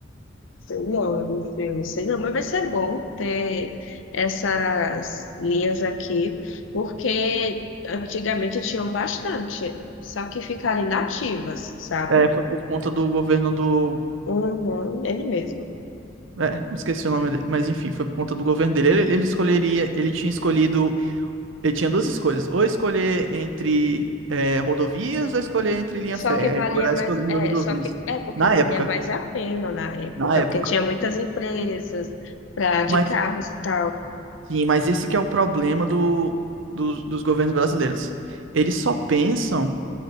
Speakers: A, on the left; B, on the right.
A: Sei não, eu não sei não, mas vai ser bom ter essas linhas aqui, porque antigamente tinham bastante, só que ficaram inativas, sabe?
B: É, foi por conta do governo do.
A: Uhum, ele mesmo.
B: É, esqueci o nome dele, mas enfim, foi por conta do governo dele. Ele, ele escolheria, ele tinha escolhido, ele tinha duas escolhas, ou escolher entre é, rodovias ou escolher entre linha férrea.
A: Só que valia
B: Ele foi lá
A: mais,
B: e escolheu
A: é,
B: rodovias.
A: só que é porque
B: Na
A: valia
B: época,
A: mais a pena na época,
B: na época.
A: porque tinha muitas empresas pra, de
B: Mas,
A: carros
B: é,
A: e tal.
B: sim, mas esse que é o problema do, dos dos governos brasileiros. Eles só pensam